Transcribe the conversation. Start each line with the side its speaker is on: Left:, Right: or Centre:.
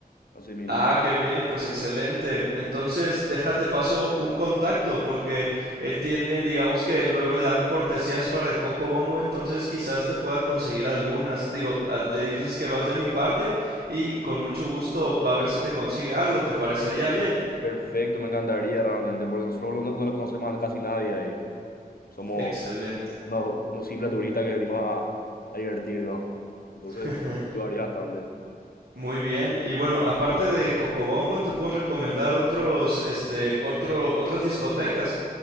Left: así mismo.
Right: Ah, qué bien, pues excelente. Entonces, déjate paso un contacto porque él tiene, digamos que luego le dan cortesías para el Coco Bongo, entonces quizás te pueda conseguir algunas. Digo, ah, le dices que vas de mi parte y con mucho gusto va a ver si te consigue algo, ¿te parecería bien?
Left: Perfecto, me encantaría realmente, porque nosotros no, no lo conocemos a casi nadie ahí. Somos
Right: Excelente.
Left: unos, unos simples turistas que venimos a, a divertirnos. Entonces,
Right: <laughs>
Left: varía bastante.
Right: Muy bien. Y bueno, aparte de Cocobongo, te puedo recomendar otros, este, otro, otras discotecas.